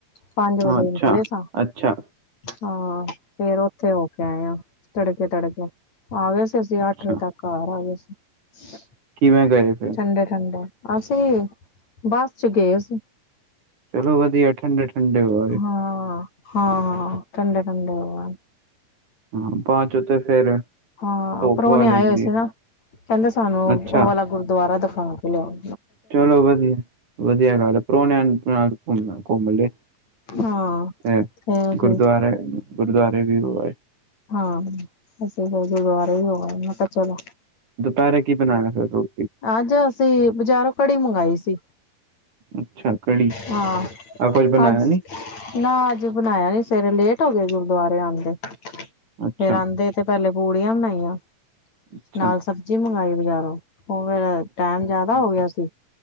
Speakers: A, on the left; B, on the right.
A: ਪੰਜ ਵਜੇ
B: ਹਾਂ ਅੱਛਾ
A: ਨਿਕਲੇ ਤਾਂ
B: ਅੱਛਾ
A: ਹਾਂ ਫੇਰ ਓਥੇ ਹੋ ਕੇ ਆਏ ਆ ਤੜਕੇ ਤੜਕੇ ਆ ਗਏ ਸੀ ਅਸੀਂ
B: ਅੱਛਾ
A: ਅੱਠ ਵਜੇ ਤੱਕ ਘਾਰ ਆ ਗਏ ਸੀ
B: ਕਿਵੇਂ ਗਏ ਫ
A: ਠੰਡੇ ਠੰਡੇ ਅਸੀਂ ਬੱਸ ਚ ਗਏ ਅਸੀਂ
B: ਚਲੋ ਵਧੀਆ ਠੰਡੇ ਠੰਡੇ ਹੋ ਆਏ
A: ਹਾਂ ਹਾਂ ਹਾਂ ਠੰਡੇ ਠੰਡੇ ਹੋ ਆਏ
B: ਹਾਂ ਬਾ ਚੋ ਤੇ ਫੇਰ
A: ਹਾਂ
B: ਧੁੱਪ
A: ਪ੍ਰੋਣੇ
B: ਆ ਜਾਂਦੀ
A: ਆਏ ਹੋਏ ਸੀ
B: ਏ।
A: ਨਾ ਕਹਿੰਦੇ ਸਾਨੂੰ
B: ਅੱਛਾ
A: ਉਹ ਵਾਲਾ ਗੁਰਦੁਆਰਾ ਦਿਖਾ ਕੇ ਲਿਆਉ।
B: ਚਲੋ ਵਧੀਆ ਵਧੀਆ ਗੱਲ। ਪ੍ਰੋਣਿਆਂ ਨੂੰ ਘਮਣਾ ਘੂੰਮ ਲੇ
A: ਹਾਂ
B: ਅ
A: ਤੇ ਅਸੀਂ
B: ਗੁਰਦੁਆਰੇ। ਗੁਰਦੁਆਰੇ ਵੀ ਹੋ ਆਏ।
A: ਹਾਂ ਅਸੀਂ ਤਾਂ ਗੁਰਦੁਆਰੇ ਹੀ ਹੋ ਆਏ ਮੈਂ ਕਿਹਾ ਚਲੋ।
B: ਦੁਪੈਰੇ ਕੀ ਬਣਾਏਆ ਫਿਰ ਤੂੰ।
A: ਅੱਜ ਅਸੀਂ ਬਜ਼ਾਰੋਂ ਕੜੀ ਮੰਗਾਈ ਸੀ।
B: ਅੱਛਾ ਕੜੀ
A: ਹਾਂ।
B: ਆ ਕੁਛ ਬਣਾਇਆ
A: ਅੱਜ
B: ਨੀ।
A: ਨਾ ਅੱਜ ਬਣਾਇਆ ਨੀ ਸਵੇਰੇ ਲੇਟ ਹੋ ਗਏ ਗੁਰਦੁਆਰੇ ਆਂਦੇ
B: ਅੱਛਾ
A: ਫਰ ਆੰਦੇ ਤੇ ਪੈਲੇ ਪੂੜੀਆਂ ਬਣਾਈਆਂ
B: ਅੱਛਾ
A: ਨਾਲ ਸਬਜ਼ੀ ਮੰਗਾਈ ਬਜ਼ਾਰੋਂ। ਉਹ ਫੇਿਰ ਟਾਈਮ ਜਿਆਦਾ ਹੋ ਗਿਆ ਸੀ।